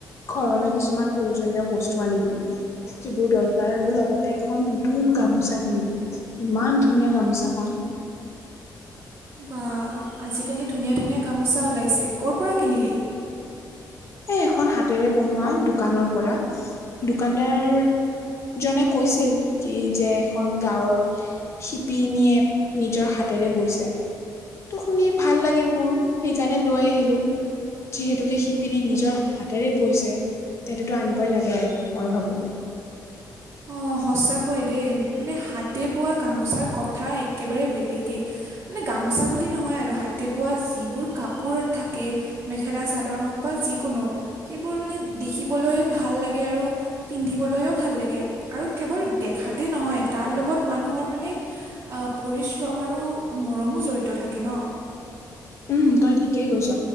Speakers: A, on the left; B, on the right.
A: ঘৰলৈ কিছুমান প্ৰয়োজনীয় বস্তু আনিলো যিবোৰ দৰকাৰ আৰু লগতে এখন নতুন গামোচা কিনিলো ইমান ধুনীয়া গামোচাখন।
B: বা আজিকালি ধুনীয়া ধুনীয়া গামোচা ওলাইছে ক'ৰ পৰা কিনিলি
A: এ এখন হাতেৰে বনোৱা দোকানৰ পৰা দোকানদাৰ জনে কৈছিল কি যে এখন গাঁৱৰ শিপিনীয়ে নিজৰ হাতেৰে বৈছে ত শুনি ভাল লাগিল মোৰ সেইকাৰণে লৈ আহিলো যিহেতুকে শ পিনে নিজৰ হাতেৰে বৈছে তেন্ততো আনিবই লাগে আৰু মই ভাবোঁ
B: অঁ সঁচাকৈ দেই মানে হাতে বোৱা গামোচাৰ কথা একেবাৰে বেলেগেই মানে গামোচা বুলি নহয় আৰু হাতে বোৱা যিবোৰ কাপোৰ থাকে মেখেলা চাদৰ হওক বা যিকোনো সেইবোৰ মানে দেখিবলৈ ভাল লাগে আৰু পিন্ধিবলৈও ভাল লাগে আৰু কেৱল দেখাতে নহয় তাৰ লগত মানুহৰ মানে পৰিশ্ৰম আৰু মৰমো জড়িত থাকে ন
A: উম তই ঠিকেই কৈছ